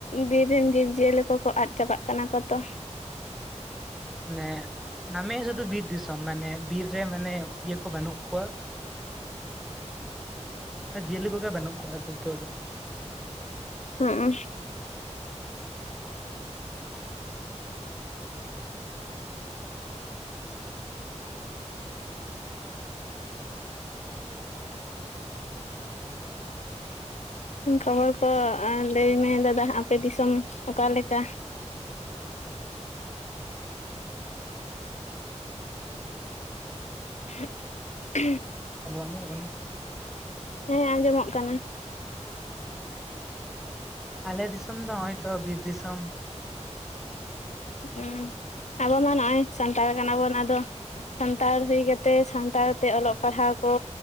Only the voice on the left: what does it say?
ᱵᱤᱨ ᱨᱮᱱ ᱡᱤᱵᱽ-ᱡᱤᱭᱟᱹᱞᱤ ᱠᱚᱠᱚ ᱟᱫ ᱪᱟᱵᱟᱜ ᱠᱟᱱᱟ ᱠᱚ ᱛᱚ
ᱦᱚᱸᱜ-ᱚ ᱠᱷᱚᱵᱚᱨ ᱠᱚ ᱞᱟᱹᱭ ᱢᱮ ᱫᱟᱫᱟ ᱟᱯᱮ ᱫᱤᱥᱚᱢ ᱚᱠᱟᱞᱮᱠᱟ <inaudible> <unintelligible>
ᱦᱮᱸ ᱟᱸᱡᱚᱢᱚᱜ ᱠᱟᱱᱟ
ᱦᱸ ᱟᱵᱚ ᱢᱟ ᱱᱚᱜᱼᱚᱭ ᱥᱟᱱᱛᱟᱲ ᱠᱟᱱᱟ ᱵᱚᱱ ᱟᱫᱚ ᱥᱟᱱᱛᱟᱲ ᱦᱩᱭ ᱠᱟᱛᱮᱜ ᱥᱟᱱᱛᱟᱲ ᱛᱮ ᱚᱞᱚᱜ ᱯᱟᱲᱦᱟᱣ ᱠᱚ